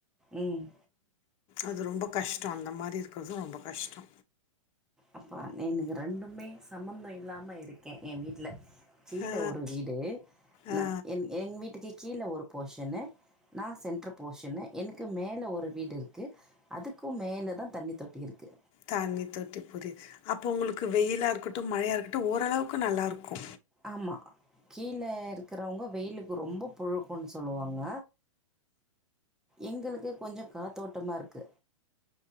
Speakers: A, in the centre; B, on the left.
A: ம்
B: அது ரொம்ப கஷ்டோ அந்த மாரி இருக்கறது ரொம்ப கஷ்டோ
A: அப்பா எனக்கு ரெண்டுமே சம்மந்தோ இல்லாம இருக்கே ஏ வீட்ல கீழ
B: ஆ
A: ஒரு வீடு
B: ஆ
A: ந என் எங்க வீட்டுக்கு கீழ ஒரு போஷனு நா சென்ட்ரு போஷனு எனக்கு மேலே ஒரு வீடு இருக்கு அதுக்கு மேலதா தண்ணி தொட்டி இருக்கு
B: தண்ணி தொட்டி புரியுது அப்போ உங்களுக்கு வெயிலா இருக்கட்டு மழையா இருக்கட்டு ஓரளவுக்கு நல்லா இருக்கு
A: ஆமா கீழ இருக்குறவங்க வெயிலுக்கு ரொம்ப புழுக்கோன்னு சொல்லுவாங்க எங்களுக்கு கொஞ்சோ காத்தோட்டமா இருக்கு